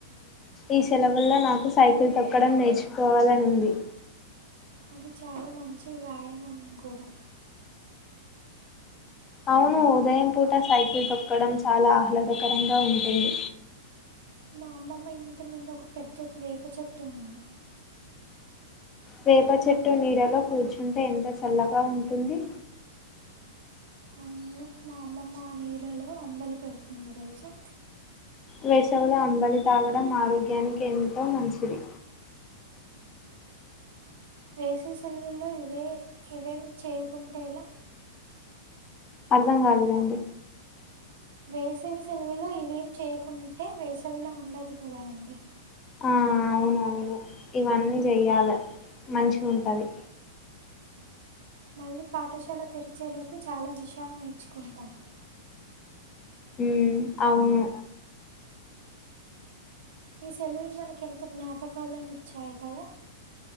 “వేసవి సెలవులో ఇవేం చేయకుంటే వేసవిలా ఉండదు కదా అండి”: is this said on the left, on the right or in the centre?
Right